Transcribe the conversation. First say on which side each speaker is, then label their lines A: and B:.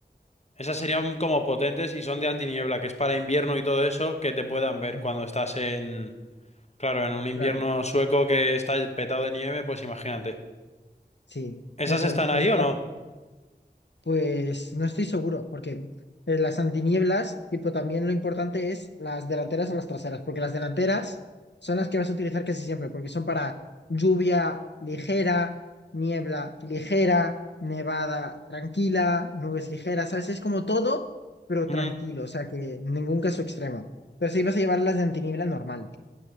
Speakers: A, on the left (about 40°); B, on the left (about 80°).
A: Esas serían como potentes y son de antiniebla, que es para invierno y todo eso, que te puedan ver
B: mm,
A: cuando estás en, claro, en un invierno
B: claro,
A: sueco que está petado de nieve, pues imagínate.
B: sí,
A: ¿Esas
B: eso,
A: están
B: eso
A: ahí
B: es
A: o no?
B: Pues no estoy seguro, porque eh, las antinieblas, tipo, también lo importante es las delanteras o las traseras, porque las delanteras son las que vas a utilizar casi siempre, porque son para lluvia ligera, niebla ligera, nevada tranquila, nubes ligeras, ¿sabes? Es como todo, pero tranquilo,
A: Ujú.
B: o sea que ningún caso extremo. Pero sí vas a llevar las de antiniebla normal.